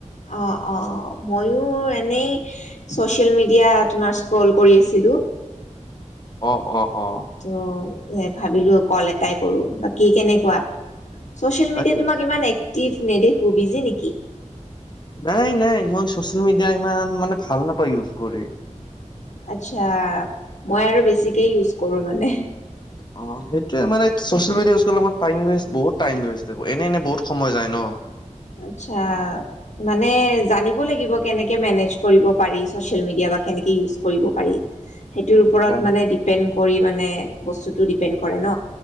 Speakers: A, on the left; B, on the left.
A: অ অ ময়ো এনেই ছচিয়েল মিডিয়া তোমাৰ ইস্ক্ৰল কৰি আছিলোঁ।
B: অ অ। অ
A: ত এ ভাবিলোঁ কল এটাই কৰোঁ বাকি কেনেকুৱা। ছ'চিয়েল মিডিয়াত
B: বাকী
A: তোমাক ইমান এক টিপ নেদেখু বিজি নেকি
B: নাই নাই মই চচিয়েল মিডিয়া ইমান মানে ভাল নাপাওঁ ইউজ কৰি।
A: আচ্ছা মই আৰু বেছিকে ইউজ কৰোঁ মানে।
B: অ সেইটোৱে মানে চচিয়েল মিডিয়া ইউজ কৰিলে টাইমৱেষ্ট বহুত টাইমৱেষ্ট এনে এনে বহুত সময় যায় ন।
A: আচ্ছা মানে জানিব লাগিব কেনেকে মেনেজ কৰিব পাৰি চচিয়েল মিডিয়াত বা কেনেকে ইউজ কৰিব পাৰি। সেইটোৰ ওপৰত
B: গম
A: মানে ডিপেণ্ড। কৰি মানে বস্তুটো ডিপেণ্ড কৰে ন